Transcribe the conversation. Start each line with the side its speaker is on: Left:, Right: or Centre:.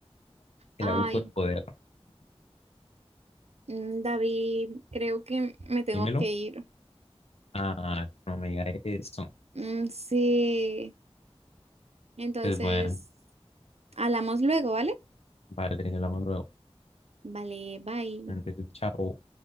Left: El
Right: Ay,
Left: abuso de poder.
Right: mm, David, creo que me tengo
Left: Dímelo.
Right: que ir.
Left: Ah, no me diga eso.
Right: Mm, sí, entonces,
Left: Pues bueno,
Right: hablamos luego, ¿vale?
Left: vale, hablamos luego.
Right: Vale, bye.
Left: Entonces, chao.